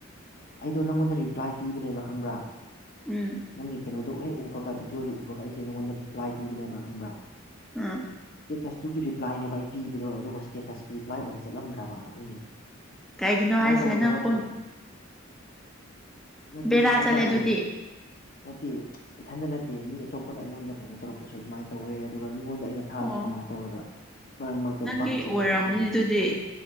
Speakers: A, on the left; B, in the centre.
A: ꯑꯩꯗꯣ ꯅꯪꯉꯣꯟꯗ ꯔꯤꯄ꯭ꯂꯥꯏ ꯄꯤꯕꯅꯦꯕ ꯈꯪꯕ꯭ꯔꯥ
B: ꯎꯝ
A: ꯅꯪꯒꯤ ꯀꯩꯅꯣꯗꯣ ꯍꯦꯛ ꯎꯕꯒ ꯚꯤꯗꯤꯑꯣꯗꯣ ꯎꯕꯒ ꯑꯩꯁꯦ ꯅꯪꯉꯣꯟꯗ ꯔꯤꯄ꯭ꯂꯥꯏ ꯄꯤꯕꯅꯦꯕ ꯈꯪꯕ꯭ꯔꯥ
B: ꯎꯝ
A: ꯏꯁ꯭ꯇꯦꯇꯁꯇꯨꯒꯤ ꯔꯤꯄ꯭ꯂꯥꯏꯅꯦꯕ ꯑꯩ ꯄꯤꯕꯗꯣ ꯑꯗꯨꯒ ꯁ꯭ꯇꯦꯇꯁꯀꯤ ꯔꯤꯄ꯭ꯂꯥꯏ ꯑꯣꯏꯅ ꯆꯠꯂꯝꯗ꯭ꯔꯕ ꯑꯗꯨꯏꯅꯦ
B: ꯀꯩꯒꯤꯅꯣ
A: ꯁꯨꯃꯥꯏꯅ
B: ꯍꯥꯏꯁꯦ
A: ꯇꯧꯋꯦꯕ
B: ꯅꯪ
A: ꯋꯥꯆꯦꯞꯁꯦ
B: ꯐꯣꯟ
A: ꯅꯠꯇꯦ
B: ꯕꯦꯔꯥ
A: ꯁꯨꯃꯥꯏꯅ
B: ꯆꯠꯂꯦ
A: ꯇꯧꯋꯦ
B: ꯑꯗꯨꯗꯤ
A: ꯅꯠꯇꯦ ꯏꯊꯟꯇ ꯅꯠꯇꯦ ꯃꯤ ꯑꯇꯣꯞꯄꯅ ꯑꯩꯉꯣꯟꯗ ꯀꯩꯅꯣ ꯇꯧꯔꯛꯄꯁꯨ ꯑꯗꯨꯃꯥꯏꯅ ꯇꯧꯋꯦ ꯑꯗꯨꯒ ꯃꯤꯉꯣꯟꯗ ꯑꯩꯅ ꯊꯥꯕꯁꯨ
B: ꯑꯣ
A: ꯑꯗꯨꯃꯥꯏꯅ ꯇꯧꯋꯦꯕ ꯃꯔꯔ ꯃꯔ
B: ꯅꯪꯒꯤ
A: ꯆꯂꯛꯄ
B: ꯑꯣꯏꯔꯝꯅꯤ
A: ꯋꯥꯆꯦ
B: ꯑꯗꯨꯗꯤ